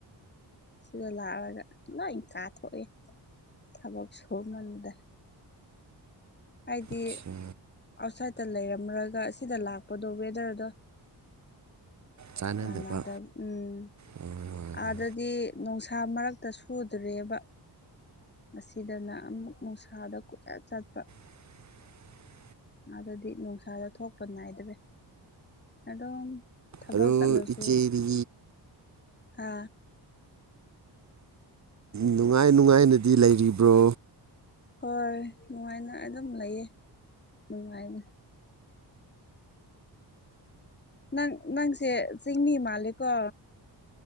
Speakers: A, on the left; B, on the right.
A: ꯁꯤꯗ ꯂꯥꯛꯑꯒ ꯂꯣꯏ ꯀꯥꯊꯣꯛꯑꯦ ꯊꯕꯛ ꯁꯨ ꯃꯇꯝꯗ ꯍꯥꯏꯗꯤꯗꯤ
B: ꯑꯠꯆꯥ
A: ꯑꯥꯎꯠꯁꯥꯏꯗꯠꯇ ꯂꯩꯔꯝꯂꯒ ꯑꯁꯤꯗ ꯂꯥꯛꯄꯗꯣ ꯋꯦꯗꯔꯗꯣ
B: ꯆꯥꯟꯅꯗꯕ
A: ꯃꯅꯥꯗ ꯎꯝ
B: ꯍꯣꯏ ꯍꯣꯏ ꯍꯣꯏ
A: ꯑꯗꯗꯤ ꯅꯨꯡꯁꯥ ꯃꯔꯛꯇ ꯁꯨꯗ꯭ꯔꯦꯕ ꯑꯁꯤꯗꯅ ꯑꯃꯨꯛ ꯅꯨꯡꯁꯥꯗ ꯀꯆꯠ ꯆꯠꯄ
B: <unintelligible>
A: ꯑꯗꯨꯗꯤ ꯅꯨꯡꯁꯥꯗ ꯊꯣꯛꯄ ꯅꯥꯏꯗ꯭ꯔꯦ ꯑꯝ ꯊꯕꯛ
B: ꯑꯗꯨ
A: ꯆꯠꯂꯁꯨ
B: ꯏꯆꯦꯗꯤ
A: ꯍꯥ
B: ꯅꯨꯡꯉꯥꯏ ꯅꯨꯡꯉꯥꯏꯅꯗꯤ ꯂꯩꯔꯤꯕ꯭ꯔꯣ
A: ꯍꯣꯏ ꯅꯨꯡꯉꯥꯏꯅ ꯑꯗꯨꯝ ꯂꯩꯌꯦ ꯅꯨꯡꯉꯥꯏꯅ ꯅꯪ ꯅꯪꯁꯦ ꯆꯤꯡꯅꯤ ꯃꯥꯜꯂꯦꯀꯣ